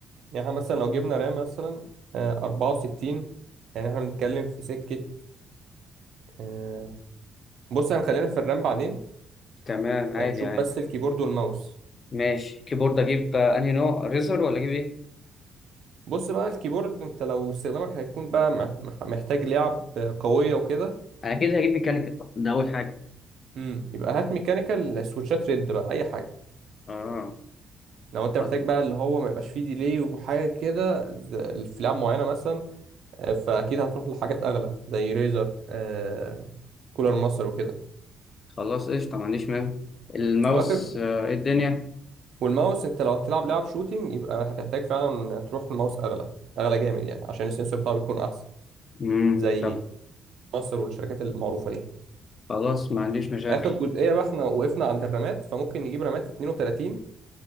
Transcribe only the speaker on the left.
تمام عادي
عادي
ماشي كيبورد أجيب آه، أنهي نوع ريزر ولا أجيب إيه؟
أنا أكيد هجيب ميكانيكال ده أول حاجة
اه
خ-
خلاص قشطة ما عنديش مانع الماوس
آه، إيه الدنيا؟
مم.
طب
خلاص ما عنديش مشاكل